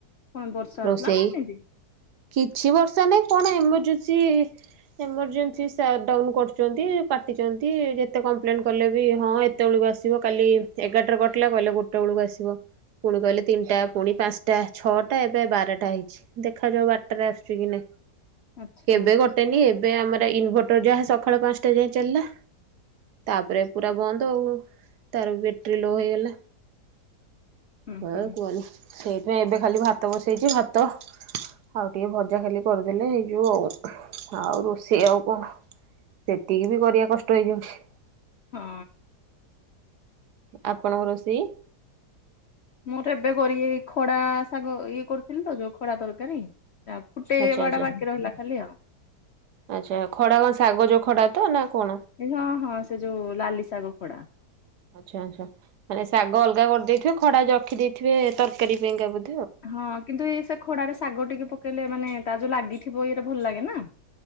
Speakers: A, on the left (about 60°); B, on the right (about 70°).
A: କଣ ବର୍ଷା ହେଉଥିଲା
B: ରୋଷେଇ
A: ନା ଏମିତି?
B: କିଛି ବର୍ଷା ନାଇଁ କଣ ଏମର୍ଜେନ୍ସି ଏମର୍ଜେନ୍ସି ସଟଡାଉନ କରୁଛନ୍ତି। କାଟିଛନ୍ତି ଯେତେ କମ୍ପ୍ଲେନ୍ କଲେ ବି ହଁ ଏ କେତେବେଳକୁ ଆସିବ କାଲି ଏଗାରଟାରେ କଟିଲା କହିଲେ ଗୋଟେ ବେଳକୁ ଆସିବ। ପୁଣି କହିଲେ ତିନିଟା ପୁଣି ପାଞ୍ଚଟା, ଛଅଟା ଏବେ ବାରଟା ହେଇଛି ଦେଖାଯାଉ ବାର ଆସୁଛି କି ନାଇଁ।
A: ଆଚ୍ଛା
B: କେବେ କଟ ଟେନି ଏବେ ଆମର ଇନଭର୍ଟର ଯାହା ସକାଳ ପାଞ୍ଚଟା ଯାଏଁ ଚାଲିଲା। ତାପରେ ପୁରା ବନ୍ଦ ଆଉ। ତାର ବ୍ୟାଟେରୀ ଲୋ ହେଇଗଲା।
A: ହୁଁ
B: ହଁ
A: ହୁଁ
B: କୁଅନା। ସେଇଥିପାଇଁ ଏବେ ଖାଲି ଭାତ ବସେଇଛି ଭାତ। ଆଉ ଟିକେ ଭଜା ଖାଲି କରିଦେଲେ ହେଇଯିବ ଆଉ। ଆଉ ରୋଷେଇ ଆଉ କଣ? ସେତିକି ବି କରିବା କଷ୍ଟ ହେଇଯାଉଛି।
A: ହୁଁ।
B: ଆପଣଙ୍କ ରୋଷେଇ?
A: ମୁଁ ତ ଏବେ କରିକି ହେଇ ଖଡ଼ା ଶାଗ ଇଏ କରୁଥିଲି ତ ଯୋଉ ଖଡ଼ା ତରକାରୀ। ଆଉ ଫୁଟେଇବା
B: ଆଚ୍ଛା ଆଚ୍ଛା
A: ଟା ବାକି ରହିଲା ଖାଲି ଆଉ।
B: ଆଚ୍ଛା ଖଡ଼ା କଣ ଶାଗ ଯୋଉ ଖଡ଼ାତ ନା କଣ?
A: ହଁ ହଁ ସେ ଯୋଉ ଲାଲି ଶାଗ ଖଡ଼ା।
B: ଆଚ୍ଛା ଆଚ୍ଛା ଖାଲି ଶାଗ ଅଲଗା କରିଦେଇଥିବେ। ଖଡ଼ା ରଖିଦେଇଥିବେ ତରକାରୀ ପାଇଁକା ବୋ
A: ହଁ। କିନ୍ତୁ ଇଏ ସେ ଖଡ଼ାରେ ଶାଗ ଟିକେ ପକେଇଲେ ମାନେ ତା ଯୋଉ ଲାଗିଥିବ ଇଏରେ ଭଲଲାଗେ ନା।